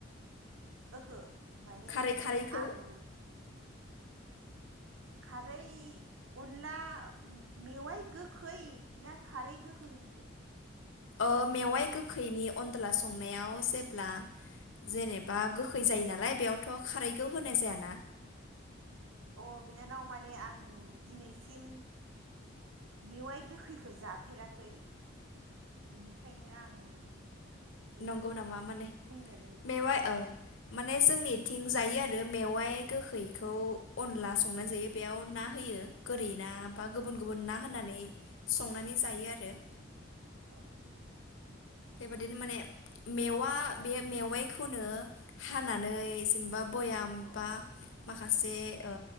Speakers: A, on the right; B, on the left.
A: ओहो माने
B: खारै खारैखौ
A: आं खारै अनला मेवाइ गोखै ना खारै गोखै होनखो?
B: ओ मेवाइ गोखैनि अनदला संनायाव जेब्ला जेनेबा गोखै जायो ना लाय बेयावथ' खारै खौ होनाय जायाना?
A: अ बिनानाव माने आं दिनैसिम मेवाइ गोखैखो जाफेराखै बिनिखायनो आं बेखौ
B: नंगौ नामा माने
A: बुंनो रोंला
B: मेवाइ औ माने जोंनिथिं जायो आरो मेवाइ गोखैखौ अनला संनानै जायो बेयाव ना होयो गोरि ना बा
A: अ
B: गुबुन गुबुन ना होननानै संनानै जायो आरो।
A: औ
B: बेबादिनो माने मेवा बे मेवाइखौनो हानानै जेनेबा बयाम
A: अ
B: बा मा खासे ओ